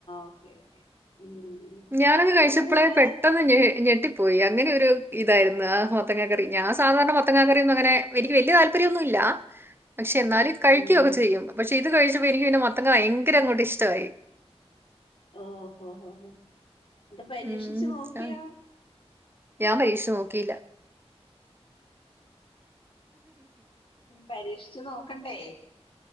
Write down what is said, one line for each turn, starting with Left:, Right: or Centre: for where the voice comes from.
Left: ഓക്കെ ഓക്കേ ഉം
Right: ഞാനത് കഴിച്ചപ്പളെ
Left: ഞങ്ങളിവിടെ
Right: പെട്ടെന്ന് ഞെ ഞെട്ടി പോയി അങ്ങനെരു ഇതായിരുന്നു ആ മത്തങ്ങാക്കറി ഞാൻ സാധാരണ മത്തങ്ങാ കറിയൊന്നും അങ്ങനെ എനിക്ക് വല്ല്യ താല്പര്യന്നും ഇല്ലാ പക്ഷെ എന്നാലും കഴിക്കൊക്കെ
Left: ഉം
Right: ചെയ്യും പക്ഷെ ഇത് കഴിച്ചപ്പോ എനിക്ക് പിന്നെ മത്തങ്ങ ഭയങ്കര അങ്ങോട്ട് ഇഷ്ടായി
Left: ഓഹ് ഹോ ഹോ എന്നിട്ട് പരീക്ഷിച്ച്
Right: ഉം
Left: നോക്കിയോ
Right: ആ ഞാൻ പരീക്ഷു നോക്കീല്ല
Left: പരീക്ഷിച്ചു നോക്കണ്ടേ